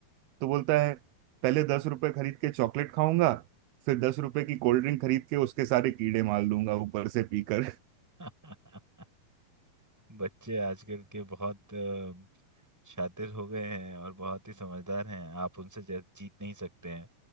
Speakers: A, on the right; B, in the centre.
A: तो बोलता है पहले दस रुपए खरीद के चॉकलेट खाऊंगा फिर दस रुपए की कोल्ड ड्रिंक खरीद के उसके सारे कीड़े मार लूंगा ऊपर से पीकर
B: <laughs> बच्चे आजकल के बहुत अ, शातिर हो गए हैं और बहुत ही समझदार हैं आप उनसे ज- जीत नहीं सकते हैं